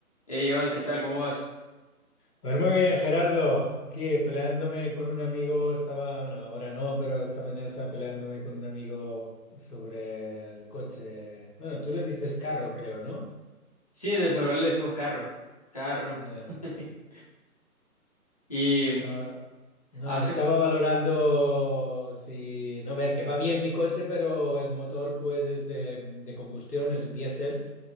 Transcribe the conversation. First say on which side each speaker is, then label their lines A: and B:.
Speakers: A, on the left; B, on the left.
A: Hey, Iván, ¿qué tal? ¿Cómo vas?
B: Pues muy bien, Gerardo. Aquí peleándome con un amigo, estaba, bueno, ahora no, pero esta mañana estaba peleándome con un amigo sobre el coche. Bueno, tú le dices carro, creo, ¿no?
A: Sí, en El Salvador le decimos carro, carro.
B: Eh,
A: <laughs> Y
B: estaba- no,
A: hace,
B: estaba valorando si, no, ver, que va bien mi coche, pero el motor pues es de, de combustión, es diésel.